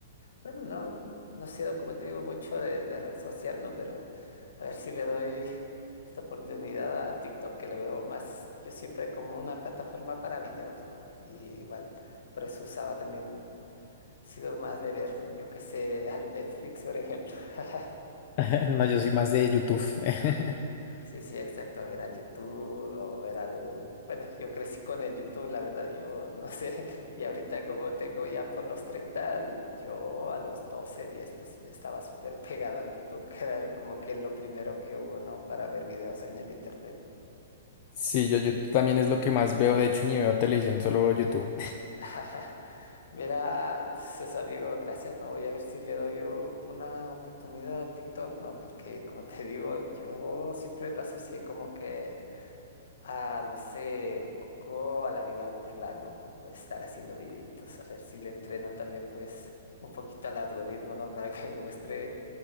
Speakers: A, on the left; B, on the left.
A: Bueno, no, no, no sé, como te digo, mucho de, de red social, no, pero a ver si le doy esta oportunidad a TikTok, que le veo más, yo siempre como una plataforma para videos, ¿no? Y igual, por eso usaba también, sido más de ver, yo qué sé, al Netflix, por ejemplo. <laughs>
B: <laughs> No, yo soy más de YouTube. <laughs>
A: Sí, sí, exacto, ver al YouTube o ver al... Bueno, yo crecí con el YouTube, la verdad, yo no sé, <laughs> y ahorita como tengo ya por los treinta yo a los 12 10 pues estaba súper pegado al YouTube, que era como que lo primero que hubo, ¿no? Para ver videos en el Internet.
B: Sí, yo, yo también es lo que más veo. De hecho, ni veo televisión, solo veo YouTube.
A: <laughs> Mira, entonces amigo, gracias, ¿no? Voy a ver si le doy u- una oportunidad al TikTok, ¿no? Porque como te digo, yo siempre lo asocié como que a, no sé, un poco a la vida burlano, estar haciendo videitos, a ver si le entreno también, pues, un poquito al algoritmo, ¿no? <laughs> Para que me muestre